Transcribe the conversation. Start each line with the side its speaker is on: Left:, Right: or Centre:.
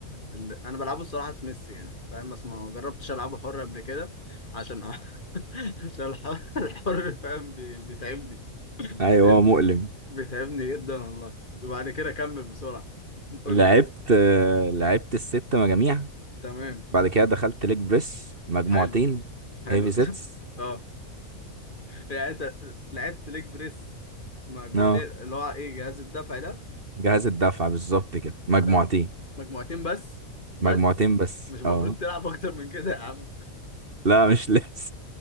Left: ال... انا بلعبه الصراحه سميث يعني فاهم بس ما جربتش العبه حر قبل كده عشان <laughs> عشان الحر الحر فاهم بي... بيتعبني
Right: ايوه
Left: بيت...
Right: هو مؤلم
Left: بيتعبني جدا والله وبعد كده كمل بسرعه <laughs> قول
Right: لعبت
Left: لي
Right: آه، لعبت الست مجاميع
Left: تمام
Right: بعد كده دخلت ليج بريس مجموعتين
Left: حلو حلو
Right: هيفي سيتس
Left: <laughs> اه يعني انت لعبت ليج بريس مجموعتين
Right: اه
Left: اللي هو ايه جهاز الدفع ده
Right: جهاز الدفع بالظبط كده مجموعتين
Left: طب مجموعتين بس بس
Right: مجموعتين بس
Left: مش المفروض
Right: اه
Left: تلعب اكتر من كده يا عم
Right: لا مش <laughs> لسه